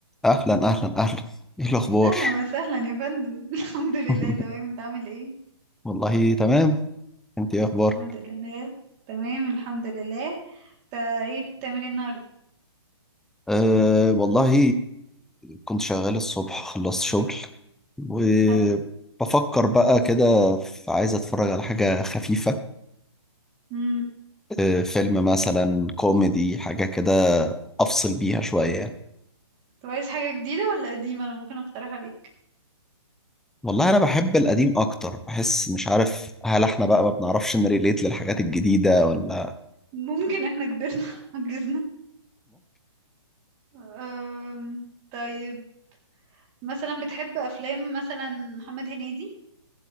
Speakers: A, in the centre; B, on the right.
A: اهلا اهلا اهلا ايه الاخبار
B: اهلا وسهلا يا فندم <laughs> الحمد لله
A: <laughs>
B: تمام انت عامل ايه
A: والله تمام انت ايه اخبارك
B: الحمد لله تمام الحمد لله انت ايه بتعمل ايه النهارده
A: أه والله كنت شغال الصبح خلصت شغل وبفكر
B: حد
A: بقى كده في عايز اتفرج على حاجة خفيفة
B: امم
A: أه فيلم مثلا كوميدي حاجة كده افصل بيها شوية يعني
B: طب عايز حاجه جديده ولا قديمه انا ممكن اقترح عليك
A: والله انا بحب القديم اكتر بحس مش عارف هل احنا بقى ما بنعرفش نريليت للحاجات الجديدة ولا
B: ممكن احنا كبرنا <laughs> عجزنا أم... طيب مثلا بتحب افلام مثلا محمد هنيدي